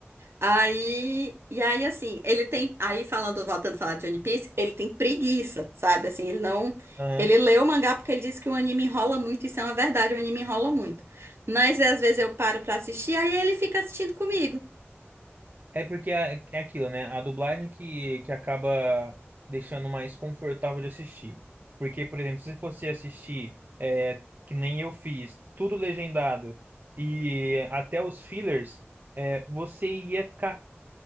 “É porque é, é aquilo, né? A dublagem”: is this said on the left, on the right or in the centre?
Right